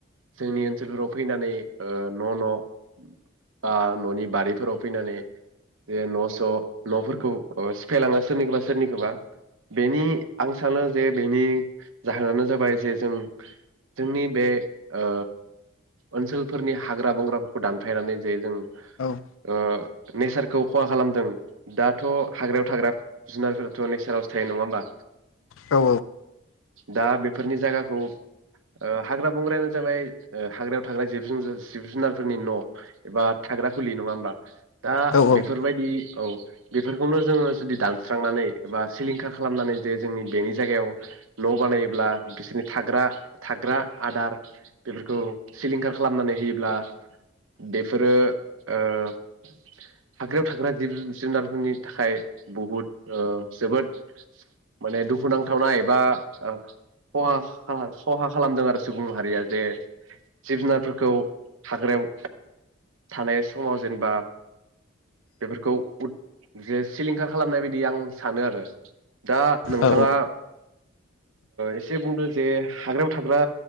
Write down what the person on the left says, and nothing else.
औ
औ
औ
औ